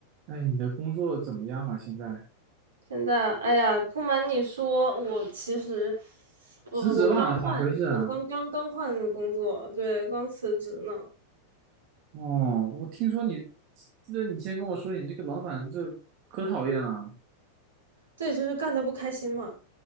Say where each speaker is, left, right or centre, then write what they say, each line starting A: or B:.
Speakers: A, on the right; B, on the right.
A: 哎，你的工作怎么样啊？现在
B: 现在，哎呀，不瞒你说，我其实，我我刚换，
A: 辞职了，咋回事啊？
B: 我刚刚刚换工作，对，刚辞职呢。
A: 哦，我听说你，记得你先跟我说你这个老板这可讨厌了。
B: 对，就是干的不开心嘛，